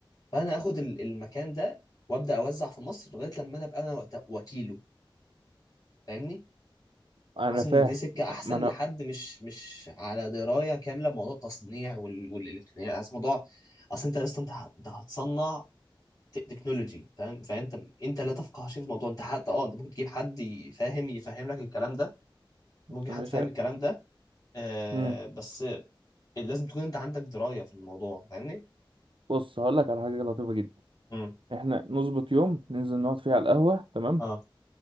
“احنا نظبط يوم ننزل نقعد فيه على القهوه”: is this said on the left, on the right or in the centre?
Right